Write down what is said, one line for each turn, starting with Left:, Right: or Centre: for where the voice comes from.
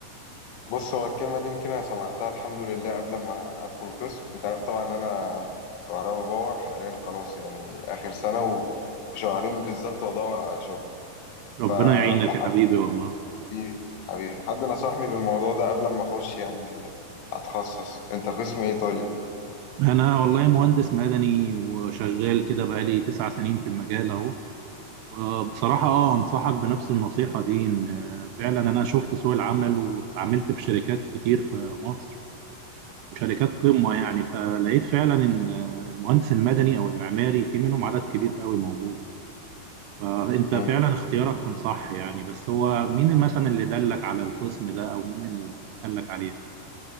Left: بص هو الكلمة دي يمكن أنا سمعتها الحمد لله قبل ما أدخل القسم أنت عارف طبعا إن أنا كهربا باور حاليا خلاص يعني آخر سنة و- وشهرين بالظبط وأدور على شغل ف...
Right: ربنا يعينك
Left: فحد
Right: يا حبيبي والله
Left: حبيبي حبيبي حد نصحني بالموضوع ده قبل ما أخش يعني ال- أتخصص أنت قسم إيه طيب؟
Right: انا والله مهندس مدني وشغال كده بقالي تسع سنين في المجال اهو وبصراحة اه انصحك بنفس النصيحة دي ان آه، فعلا انا شفت سوق العمل واتعاملت في شركات كتير في مصر وشركات قمة يعني فلقيت فعلا إن المهندس المدني أو المعماري في منهم عدد كبير قوي موجود فأنت
Left: مم.
Right: فعلا اختيارك كان صح يعني بس هو مين مثلا اللي دلك على القسم ده أو مين اللي قالك عليه؟